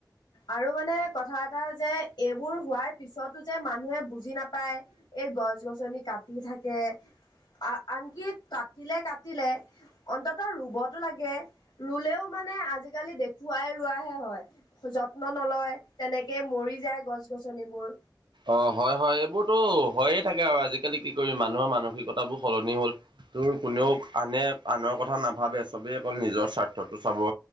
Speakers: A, on the left; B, on the right.
A: আৰু মানে কথা এটা যে এইবোৰ হোৱাৰ পিছতো যে মানুহে বুজি নাপায়। এই গছ গছনি কাটি থাকে, আ-আনকি কাটিলে, কাটিলে অন্তত ৰুবতো লাগে। ৰুলেও মানে আজিকালি দেখুৱাই ৰোৱাহে হয়। যত্ন নলয়, তেনেকেই মৰি যায় গছ গছনিবোৰ।
B: অ', হয়, হয় এইবোৰতো হয়েই থাকে আৰু আজিকালি কি কৰিম মানুহৰ মানসিকতাবোৰ সলনি হ'ল। তোৰ কোনেও আনে আনৰ কথা নাভাবে চবেই অকল নিজৰ স্বাৰ্থটো চাব।